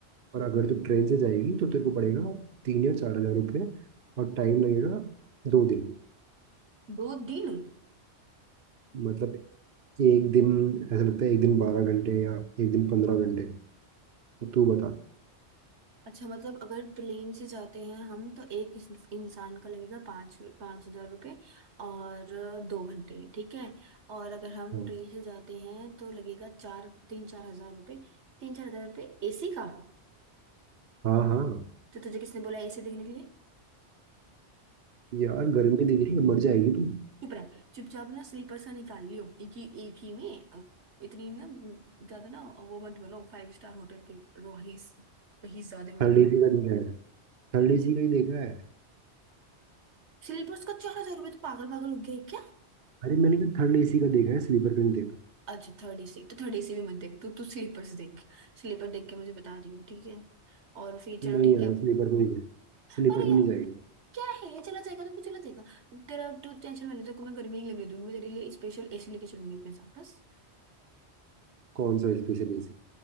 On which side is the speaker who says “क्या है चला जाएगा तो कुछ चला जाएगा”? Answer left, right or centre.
Right